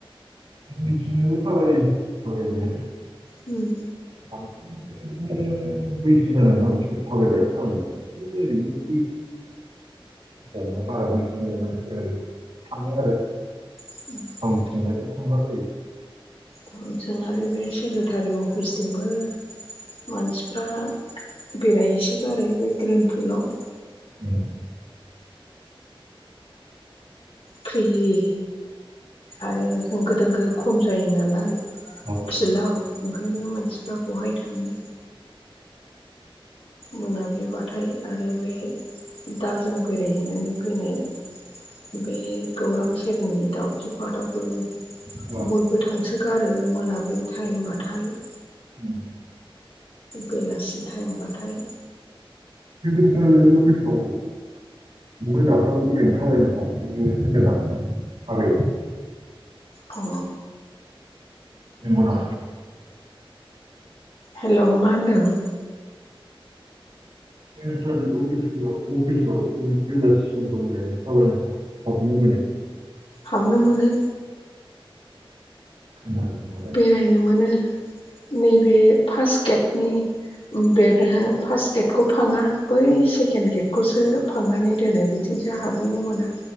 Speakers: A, on the right; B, on the left.
A: <unintelligible> थाबायो थाबायनाया।
B: उम।
A: <unintelligible> ओरैनो बै जेनेबा बारा बैसो जायै मसिफोर आरो थाङो आरो।
B: <unintelligible>
A: थाउनथिंजायबो थांलाबायो
B: टाउन सों आरो बे सेक्रेटारि अफिसथिंबो मानसिफ्रा बेरायहैसोगारो बे ग्रिन फिल्डआव
A: उम
B: फ्रियै आरो होंगो दोंगो खम जायो नालाय
A: औ
B: फिल्डाव ओंखायनो मानसिफ्रा बहाय थाङो मोनाब्लिआव बाथाय आरो बे दाजों बेरायहैनानै फैनाय बे गौरां सेरनि दाउखि फाटावबो
A: औ
B: बयबो थांसोगारो मोनाब्लि टाइमबाथाय
A: उम
B: बेलासि टाइमबाथाय
A: <unintelligible> बबो नाफ्रामबो नेंथाबालायनो हाबनो होन्दों नाय थाबै
B: अ
A: <unintelligible>
B: हेलौ मा होनदों
A: सि अिस अफिसाव नोंलास समनानै खावलायनो हाब हाबनो मोनो
B: हाबनो मोनो
A: खोनादोंना
B: बेरायनो मोनो नै बे फासस्ट गेटनि बे फास्स गेटखौ फाङा बै सेकेन्ड गेटखौसो फांनानै दोनो बिथिंसो हाबैनो मोना